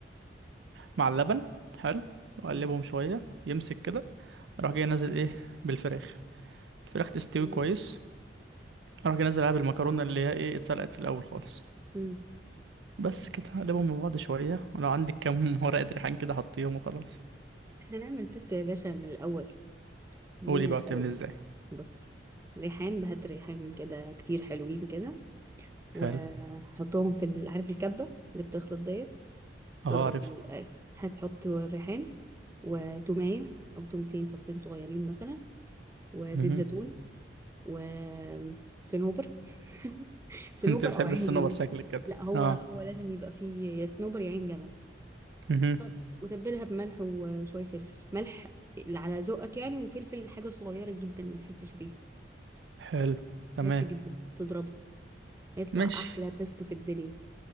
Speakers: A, on the right; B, on the right.
A: مع اللبن حلو واقلبهم
B: مم.
A: شويه يمسك كده اروح جاي نازل ايه بالفراخ الفراخ تستوي
B: تمام
A: كويس اروح جاي نازل عليها بالمكرونه اللي هي ايه اتسلقت في الاول خالص
B: مم.
A: بس كده اقلبهم مع بعض شويه ولو عندك كام <laughs> ورقه ريحان كده حطيهم وخلاص
B: احنا نعمل بيستو يا باشا من الاول من
A: قولي بقى
B: الأول
A: بتعمل ازاي
B: بص ريحان بهات ريحان كده كتير حلوين كده وحطهم
A: حلو
B: في ال- عارف الكبة اللي بتخلط ديت
A: اه
B: تضرب
A: عارفها
B: ال- آه، هتحط الريحان وتومية أو تومتين فصين صغيرين مثلا وزيت
A: <laughs>
B: زيتون وصنوبر <laughs> صنوبر
A: <laughs> انت بتحب
B: أو عين
A: الصنوبر
B: جمل
A: شكلك كده
B: لا هو
A: اه
B: هو لازم يبقى فيه يا صنوبر يا عين جمل
A: مهم.
B: بس وتبلها بملح وشوية فلفل ملح اللي على ذوقك يعني وفلفل حاجة صغيرة جدا ما تحسش بيها
A: حلو تمام
B: بس جدا تضربها يطلع
A: مش
B: احلى بيستو في الدنيا